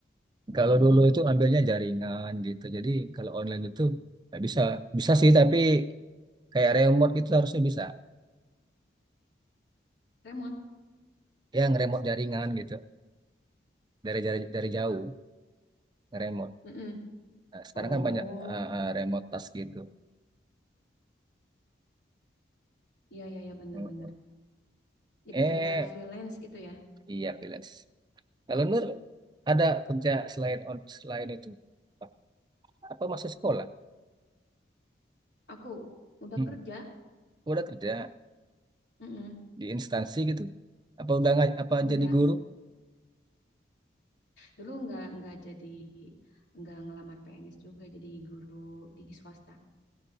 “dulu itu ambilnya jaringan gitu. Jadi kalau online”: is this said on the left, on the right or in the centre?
Right